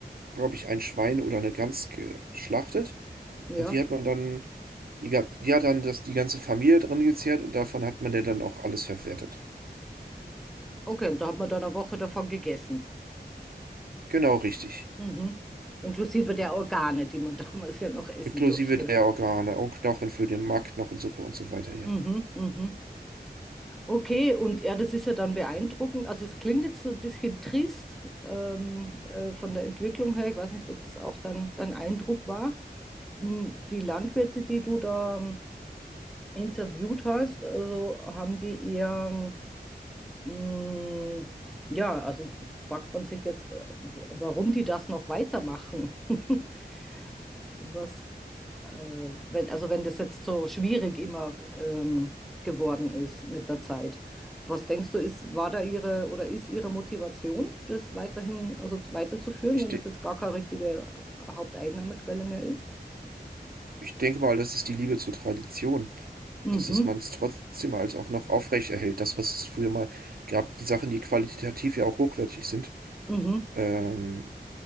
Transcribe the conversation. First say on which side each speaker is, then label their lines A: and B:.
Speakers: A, on the right; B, in the centre.
A: glaube ich, ein Schwein oder eine Gans geschlachtet
B: ja.
A: und die hat man dann, die, ga- die hat dann das, die ganze Familie dran gezehrt und davon hat man der dann auch alles verwertet.
B: Okay, und da hat man dann eine Woche davon gegessen.
A: Genau richtig.
B: Mhm. Inklusive der Organe, die man <laughs> damals ja noch essen
A: Inklusive
B: durfte.
A: der Organe, auch Knochen für den Mark, Knochensuppe und so weiter, ja.
B: Mhm, mhm. Mhm. Okay, und ja, das ist ja dann beeindruckend. Also es klingt jetzt so ein bisschen trist ähm, äh, von der Entwicklung her. Ich weiß nicht, ob das auch dann dein Eindruck war. Hm, Die Landwirte, die du da ähm, interviewt hast, also haben die eher, hm, ja, also fragt man sich jetzt, äh, warum die das noch weitermachen. <laughs> Was, äh, wenn, also wenn das jetzt so schwierig immer ähm, geworden ist mit der Zeit. Was denkst du, ist, war da ihre oder ist ihre Motivation, das weiterhin, also weiterzuführen,
A: Ich,
B: wenn
A: de-
B: das jetzt gar keine richtige Haupteinnahmequelle mehr ist?
A: Ich denke mal, das ist die Liebe zur Tradition,
B: Mhm,
A: dass es man es trotzdem als auch noch aufrecht erhält. Das, was es früher mal gab, die Sachen, die qualitativ ja auch hochwertig sind.
B: mhm.
A: Ähm,